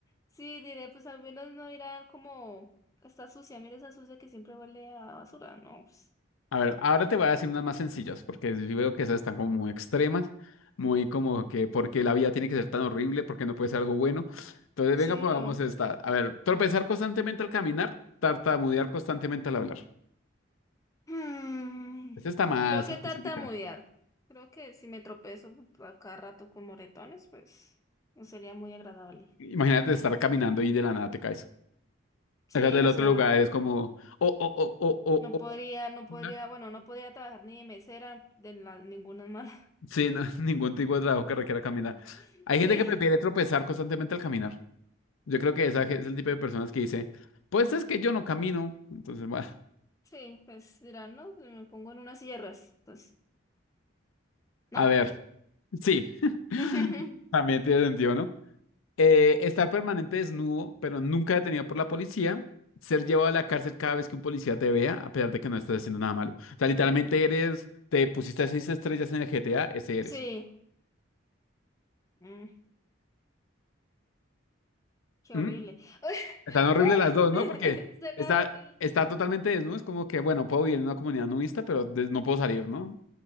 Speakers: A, on the left; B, on the left.
A: sí, diré, pues al menos no irá como... Está sucia, mira esa sucia que siempre huele a basura. No, pues,
B: A ver, ahora te voy a decir unas más sencillas, porque sí veo que esas están como muy extremas, muy como que porque la vida tiene que ser tan horrible, porque no puede ser algo bueno. Entonces, venga,
A: Sí,
B: probamos
A: o-
B: esta. A ver, tropezar constantemente al caminar, tartamudear constantemente al hablar.
A: Mm,
B: Esta está más
A: Creo que
B: específica.
A: tartamudear. Creo que si me tropezo a cada rato con moretones, pues no sería muy agradable.
B: Imagínate estar caminando y de la nada te caes.
A: Sí,
B: Acá del
A: o
B: otro
A: sea...
B: lugar es como, oh, oh, oh, oh, oh,
A: No
B: oh,
A: podría,
B: oh,
A: no podría,
B: hola.
A: bueno, no podría trabajar ni de mesera de la, ninguna mala.
B: Sí, no, <laughs> ningún tipo de trabajo que requiera caminar.
A: <laughs>
B: Hay
A: Sí,
B: gente que prefiere tropezar constantemente al caminar. Yo creo que esa
A: mm,
B: ge- es el tipo de personas que dice, pues es que yo no camino. Entonces, bueno,
A: sí, pues dirán, no, pues me pongo en unas sierras, entonces,
B: <laughs>
A: ¿no?
B: a ver, sí,
A: <laughs>
B: <laughs> también tiene sentido, ¿no? Eh, estar permanente desnudo, pero nunca detenido por la policía. Ser llevado a la cárcel cada vez que un policía te vea, a pesar de que no estás haciendo nada malo. O sea, literalmente eres, te pusiste seis estrellas en el GTA, ese eres.
A: Sí, mm, qué
B: ¿Mm?
A: horrible. <laughs>
B: Están horribles
A: Ah,
B: las
A: <laughs>
B: dos, ¿no? Porque
A: Suena
B: está,
A: horrible.
B: está totalmente desnudo, es como que, bueno, puedo vivir en una comunidad nudista, pero des- no puedo salir, ¿no?